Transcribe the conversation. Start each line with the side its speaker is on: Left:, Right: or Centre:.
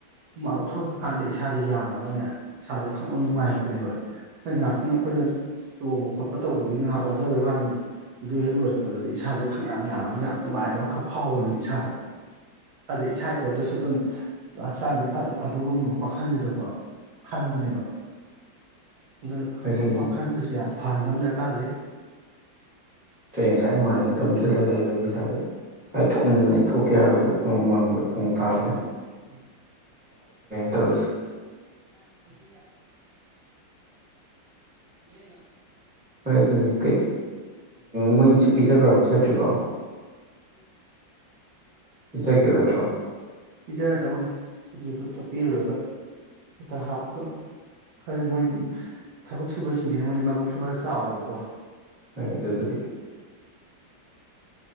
Right: ꯍꯨꯃꯥꯡ ꯂꯧꯊꯣꯔꯛꯈ꯭ꯔ ꯀꯥꯟꯗ ꯏꯁꯥꯁꯦ ꯌꯥꯡꯉꯒꯅꯦ ꯏꯁꯥꯁꯦ ꯈꯪꯅ ꯅꯨꯡꯉꯥꯏꯔꯛꯄꯅꯦꯕ ꯍꯣꯏ ꯉꯥꯏꯍꯥꯛꯇꯪ ꯑꯩꯈꯣꯏꯅ ꯆꯣꯡꯕ ꯈꯣꯠꯄ ꯇꯧꯕꯗꯨꯒꯤ ꯉꯥꯏꯍꯥꯛ ꯋꯥꯖꯕꯩ ꯋꯥꯅꯤ ꯑꯗꯨ ꯍꯦꯛ ꯂꯣꯏꯔꯛꯄꯗꯗꯤ ꯏꯁꯥꯁꯦ ꯈꯪꯌꯥꯥꯡ ꯌꯥꯡꯉꯒ ꯌꯥꯝ ꯅꯨꯡꯉꯥꯏꯕ ꯑꯃꯈꯛ ꯐꯥꯎꯕꯅꯦꯕ ꯏꯁꯥꯗ ꯑꯗꯩ ꯏꯁꯥ ꯏꯇꯣꯝꯇꯁꯨ ꯑꯗꯨꯝ ꯍꯛꯆꯥꯡꯁꯦ ꯐ ꯐꯗꯕꯒꯨꯝꯅꯣ ꯋꯥꯈꯜꯁꯤꯗꯀꯣ ꯈꯟꯕꯅꯦꯕ ꯑꯗꯨꯅ
Centre: ꯑꯗꯨꯅꯤ
Right: ꯌꯥꯝ ꯐꯍꯟꯕ ꯑꯃ ꯗꯔꯀꯥꯔ ꯂꯩ
Centre: ꯉꯁꯥꯏ ꯅꯨꯡꯉꯥꯏꯝꯂ ꯂꯩ ꯑꯩꯈꯒꯤ ꯁꯋꯥꯏꯁꯦ ꯈꯔ ꯊꯣꯛꯅꯤꯡꯕꯅꯤ ꯊꯣꯛꯀꯦ ꯍꯥꯏꯔꯁꯨ ꯅꯣꯡ ꯃꯥꯡꯕ ꯅꯣꯡ ꯇꯥꯕꯅ
Right: <inaudible>
Centre: ꯇꯧꯔꯤꯁꯦ
Right: ꯗꯅ
Centre: ꯍꯣꯏ ꯑꯗꯨꯅꯤ ꯀꯩ ꯃꯣꯏꯅꯁꯨ ꯄꯤꯖꯈ꯭ꯔꯕ ꯄꯤꯖꯗ꯭ꯔꯤꯕꯣ ꯄꯤꯖꯈꯤꯔꯣꯏꯗ꯭ꯔꯣ
Right: ꯏꯖꯔ ꯇꯕꯨꯅꯤꯗ ꯄꯤꯔꯨꯔꯒ ꯍꯦꯛꯇ ꯍꯥꯞꯄꯒ ꯈꯔ ꯃꯣꯏꯗꯤ ꯊꯕꯛ ꯁꯨꯕꯁꯤꯡꯁꯤꯅ ꯃꯣꯏꯗꯤ ꯃꯕꯨꯛꯁꯨ ꯈꯔ ꯆꯥꯎꯋꯦꯕꯀꯣ <inaudible>
Centre: ꯍꯣꯏ ꯑꯗꯨꯕꯨꯗꯤ